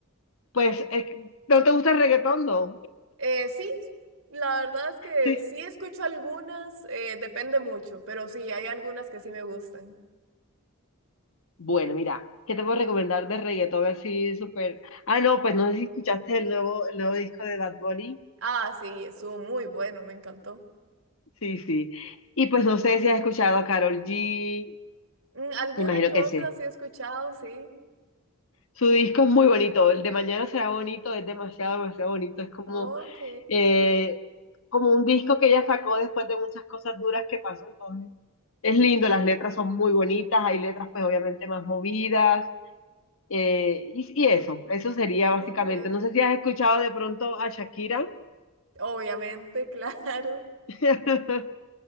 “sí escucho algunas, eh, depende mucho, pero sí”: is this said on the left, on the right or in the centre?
Right